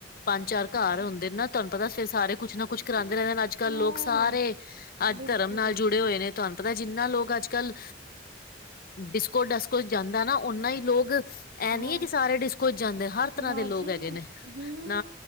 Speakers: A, on the left; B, on the right.
A: ਪੰਜ-ਚਾਰ ਘਰ
B: ਅੱਛਾ
A: ਹੁੰਦੇ ਨੇ ਨਾ, ਤੁਹਾਨੂੰ ਪਤਾ ਸਾਰੇ ਕੁਝ ਨਾ ਕੁਝ ਕਰਾਂਦੇ
B: ਫਿਰ
A: ਰਹਿੰਦੇ, ਅੱਜ-ਕੱਲ
B: ਹਾਂ
A: ਲੋਕ ਸਾਰੇ ਅੱਜ
B: ਬਿਲਕੁਲ
A: ਧਰਮ ਨਾਲ ਜੁੜੇ ਹੋਏ ਨੇ, ਤੁਹਾਨੂੰ ਪਤਾ ਜਿੰਨਾਂ ਲੋਕ ਅੱਜ-ਕੱਲ ਡਿਸਕੋ-ਡਾਸਕੋ'ਚ ਜਾਂਦਾ ਨਾ, ਓਨਾ ਈ ਲੋਕ ਐ
B: ਹਾਂ
A: ਨਹੀਂ ਏ ਕਿ ਸਾਰੇ ਡਿਸਕੋ'ਚ ਜਾਂਦੇ, ਹਰ ਤਰ੍ਹਾਂ
B: ਨਾ
A: ਦੇ ਲੋਗ
B: ਜੀ
A: ਹੈਗੇ
B: ਨਾ
A: ਨੇ।
B: ਹੂੰ
A: ਨਾ,